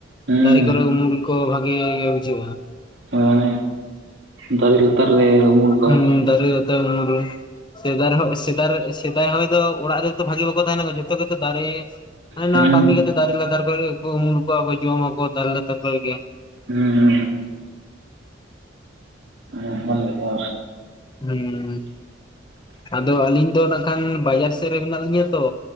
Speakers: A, on the right; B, on the left.
A: ᱦᱮᱸ
B: ᱫᱟᱨᱮ ᱠᱚᱨᱮ ᱩᱢᱩᱞ ᱠᱚ ᱵᱷᱟᱹᱜᱮ ᱜᱮ ᱵᱩᱡᱷᱟᱹᱜᱼᱟ᱾
A: ᱦᱳᱭ ᱫᱟᱨᱮ ᱞᱟᱛᱟᱨ ᱨᱮ ᱩᱢᱩᱞ ᱫᱚ
B: ᱦᱩᱸ
A: ᱦᱮᱸᱥᱮ?
B: <unintelligible> ᱥᱮᱫᱟᱭ ᱨᱮᱦᱚᱸ ᱥᱮᱫᱟᱭ ᱨᱮᱱ ᱥᱮᱫᱟᱭ ᱦᱚᱲ ᱫᱚ ᱚᱲᱟᱜ ᱨᱮᱛᱚ ᱵᱷᱟᱹᱜᱤ ᱵᱟᱠᱚ ᱛᱟᱦᱮᱱᱟ ᱡᱷᱚᱛᱚ ᱜᱮᱛᱚ ᱫᱟᱨᱮ ᱦᱟᱱᱟ
A: ᱦᱮᱸ
B: ᱱᱚᱣᱟ ᱠᱟᱹᱢᱤ ᱠᱟᱛᱮᱜ ᱫᱟᱨᱮ ᱞᱟᱛᱟᱨ ᱠᱚᱨᱮ ᱜᱮᱠᱚ ᱩᱢᱩᱞ ᱠᱚᱜᱼᱟ ᱠᱚ ᱡᱚᱢᱟ ᱠᱚ ᱫᱟᱨᱮ ᱞᱟᱛᱟᱨ ᱠᱚᱨᱮ ᱜᱮ
A: ᱦᱩᱸᱻ ᱦᱮᱸ <unintelligible>
B: ᱦᱩᱸ ᱟᱫᱚ ᱟᱹᱞᱤᱧ ᱫᱚ ᱱᱟᱜ ᱠᱷᱟᱱ ᱵᱟᱡᱟᱨ ᱥᱮᱫ ᱨᱮ ᱢᱮᱱᱟᱜ ᱞᱤᱧᱟᱹ ᱛᱚ᱾